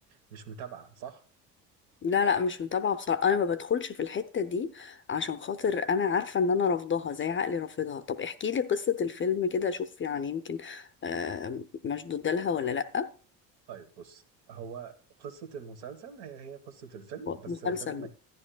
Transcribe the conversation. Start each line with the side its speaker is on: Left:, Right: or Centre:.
Right: مش متابعه صح
Left: لا لا مش متابعة بصراحة أنا ما بدخلش في الحتة دي عشان خاطر أنا عارفة إن أنا رافضاها زي عقلي رافضها طب احكي لي قصة الفيلم كده أشوف يعني يمكن آه، مشدودة لها ولا لأ
Right: طيب بص هو قصة المسلسل هي هي قصة الفيلم بس
Left: مسلسل
Right: الفيلم